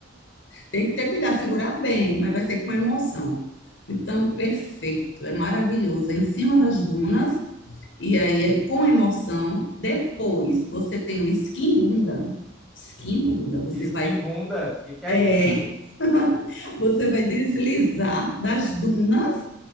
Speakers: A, on the left; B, in the centre.
A: Tem que ter cuidado, segurar bem, mas vai ser com emoção. Então, perfeito, é maravilhoso. É em cima das dunas, e aí é com emoção. Depois, você tem o skin bunda. Skin bunda, você
B: Esquimbunda,
A: vai,
B: o que que é
A: é,
B: isso?
A: <laughs> você vai deslizar das dunas,